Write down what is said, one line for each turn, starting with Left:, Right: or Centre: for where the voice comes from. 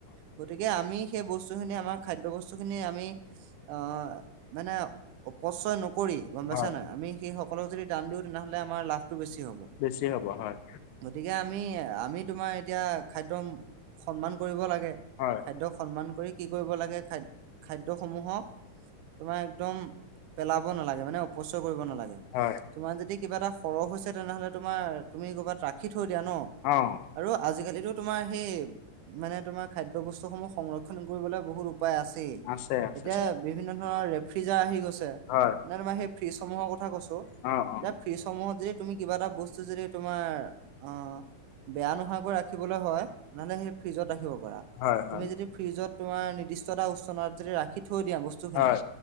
Right: গতিকে আমি সেই বস্তুখিনি আমাৰ খাদ্য বস্তুখিনি আমি আহ মানে অপচয় নকৰি, গম পাইছা
Left: হয়
Right: নাই? আমি সেইসকলক যদি দান দিওঁ তেনেহলে আমাৰ লাভটো বেছি হ'ব।
Left: বেচি হ'ব হয়।
Right: গতিকে আমি -আমি তোমাৰ এতিয়া খাদ্যক সন্মান কৰিব লাগে,
Left: হয়
Right: খাদ্য সন্মান কৰি, কি কৰিব লাগে খাদ, খাদ্যসমূহক তোমাৰ একদম পেলাব নালাগে, মানে অপচয় কৰিব নালাগে।
Left: হয়
Right: তোমাৰ যদি কিবা এটা সৰহ হৈছে, তেনেহ'লে তোমাৰ তুমি ক'ৰবাত ৰাখি থৈ দিয়া ন'।
Left: অ'।
Right: আৰু আজিকালিতো তোমাৰ সেই মানে তোমাৰ খাদ্য বস্তুসমূহ সংৰক্ষ ক্ষণ কৰিবলে বহুত উপায় আছেই,
Left: আছে আছে
Right: এতিয়া বিভিন্ন ধৰণৰ ৰেফ্ৰিজাৰ আহি গৈছে।
Left: হয়
Right: মানে তোমাৰ সেই ফ্ৰিজসমূহৰ কথা কৈছোঁ,
Left: অ অ
Right: যে ফ্ৰিজসমূহত যদি তুমি কিবা এটা বস্তু যদি তোমাৰ আহ বেয়া নোহোৱাকৈ ৰাখিবলৈ হয়, নহলে সেই ফ্ৰিজত ৰাখিব পাৰা,
Left: হয়
Right: তুমি
Left: হয়
Right: যদি ফ্ৰিজত তোমাৰ নিৰ্দিষ্টটা উষ্ণতাত যদি ৰাখ সি থৈ দিয়া বস্তুখিনি,
Left: হয়